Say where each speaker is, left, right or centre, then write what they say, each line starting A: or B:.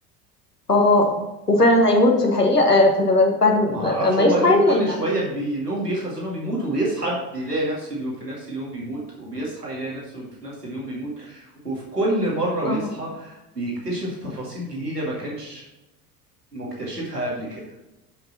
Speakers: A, on the left; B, on the right.
A: اه وفعلا هيموت في الحقيقه آه، في بعد ما
B: ما اعرفش
A: ما
B: هو
A: يصحى
B: اليوم
A: يعني
B: كل
A: ولا
B: شويه بي... اليوم بيخلص انه بيموت وبيصحى بيلاقي نفسه اليوم في نفس اليوم بيموت وبيصحى يلاقي نفسه في نفس اليوم بيموت وفي كل مره بيصحى
A: اه
B: بيكتشف تفاصيل جديده ما كانش مكتشفها قبل كده